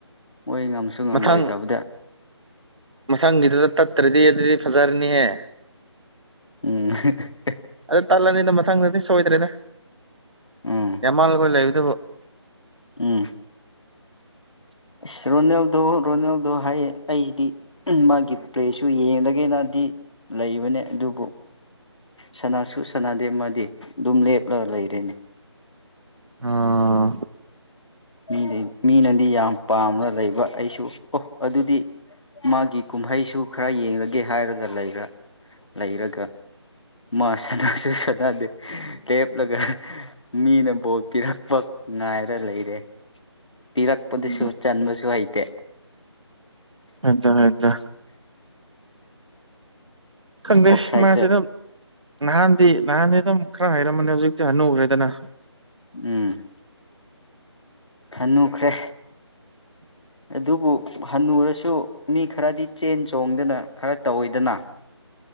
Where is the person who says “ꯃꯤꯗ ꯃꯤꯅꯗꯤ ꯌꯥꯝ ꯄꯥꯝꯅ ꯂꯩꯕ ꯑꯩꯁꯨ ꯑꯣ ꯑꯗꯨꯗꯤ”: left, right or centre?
Left